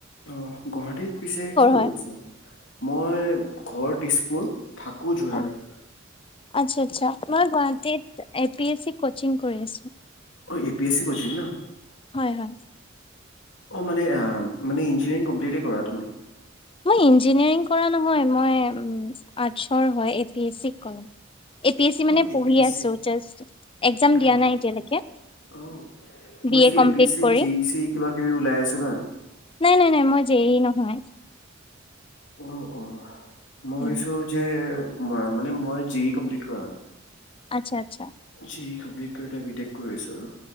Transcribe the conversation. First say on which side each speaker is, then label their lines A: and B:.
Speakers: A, on the left; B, on the left.
A: অ', গুৱাহাটীত পিছে কি কৰি
B: হয়
A: আছা? মই, ঘৰ তেজপুৰ। থাকো যোৰহাটত
B: অ, আচ্ছা আচ্ছা, মই গুৱাহাটীত পি এছ চি কচিং কৰি আছো।
A: অ', A P S C coaching ন?
B: হয় হয়
A: অ', মানে, মানে ইঞ্জিনিয়াৰিং কমপ্লিটেই কৰা তুমি।
B: মই ইঞ্জিনিয়েৰিং কৰা নহয়, মই আৰ্টছৰ হয়, এ পি এছ চি কৰিম। এ পি এছ চি মানে
A: অ
B: পঢ়ি
A: এ পি এছ
B: আছোঁ
A: চি
B: জাষ্ট, এক্সাম
A: অ
B: দিয়া নাই এতিয়ালেকে,
A: অ অ, মই
B: বি
A: ভাবিছোঁ
B: এ কমপ্লিট
A: পি এছ চি
B: কৰি।
A: জে ই চি কিবা কিবি ওলাই আছে ন
B: নাই, নাই, নাই, মই যে ই ই নহয়।
A: অ', অ'। মই
B: উম
A: ভাবিছোঁ যে মই মানে মই, জে ই কমপ্লিট কৰা হয়।
B: আচ্ছা আচ্ছা।
A: জে ই কমপ্লিট কৰি এতিয়া বি তেক কৰি আছোঁ আৰু।